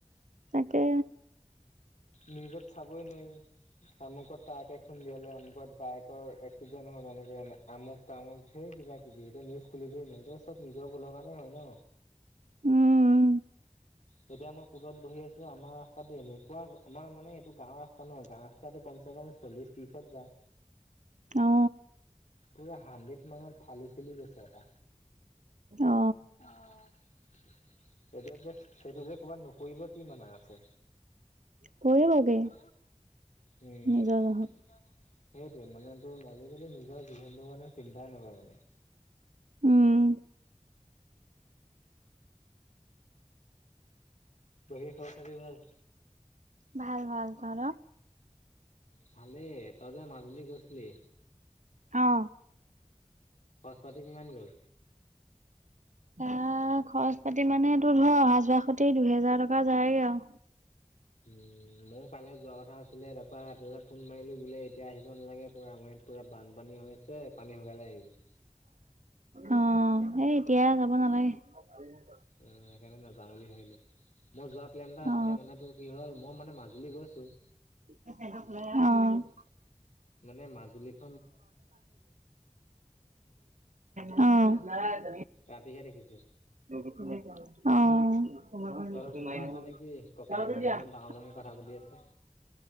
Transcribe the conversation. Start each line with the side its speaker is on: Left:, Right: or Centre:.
Right: তাকে
Left: নিউজত চাবই নোৱাৰি আমুকত ট্ৰাকে খুন্দিয়ালে আমুকত বাইকৰ এক্সিডেণ্ট হল এনেকে আমুক তামুক ধেৰ কিবা কিবি এতিয়া নিউজ খুলিবই ন এয়া চব নিজৰ ভুলৰ কাৰণে হয় ন
Right: উম উম
Left: যেতিয়া মই পুলত বহি আছো আমাৰ ৰাস্তাটো এনেকুৱা আমাৰ মানে ত গাঁওৰ ৰাস্তা নহয় গাঁওৰ ৰাস্তাটো কমচে কম চল্লিছ ত্ৰিছত যাও।
Right: অ
Left: পুৰা হাণ্ড্ৰেড মানত ফালি চেলি গৈছে এটা
Right: অ
Left: অ, বাইকত যে সেইটো যে ক'ৰবাত নপৰিব কি মানে আছে।
Right: পৰিবগে
Left: অ, উম,
Right: নিজৰ জহত
Left: হয়। সেইটোৱে মানে, তোৰ আজিকালি নিজৰ জীৱনটো মানে চিন্তাই নকৰে মানে।
Right: উম।
Left: বাকী খবৰ খাতি ভাল?
Right: ভাল ভাল তহঁতৰ
Left: ভালেই, তই যে মাজুলী গৈছিলি
Right: অ।
Left: তাতে কিমান গ'ল?
Right: অহ, খৰচ- পাতি মানে তোৰ ধৰ, অহা জোৱা খতে দুহেজাৰ টকা যায়গে আৰু।
Left: উম, মৰো কাইলৈ যোৱা কথা আছিলে, দ তাৰপৰা তালৈ ফোন মাৰিলোঁ বোলে এতিয়া আহিব নালাগে পৰা মই ইয়াত পুৰা বানপানী হৈ আছে। পানী শুকালে আহিবি।
Right: অ, এই এতিয়া যাব নালাগে। <inaudible>
Left: অ, সেইকাৰণে নাযাওঁ বুলি ভাবিলো। মই যোৱাৰ প্লেন এটা আছিলে
Right: অ
Left: মান, তোৰ কি হ'ল মই মানে মাজুলী গৈছোঁ।
Right: অ।
Left: অ। মানে মাজুলীত
Right: অ।
Left: ৰাতিহে দেখিছো।
Right: অ।
Left: তহঁতৰ কোনোবা আছে নেকি ককাই ভাই ইমান ডাঙৰ- ডাঙৰকে কথা পাতি আছে।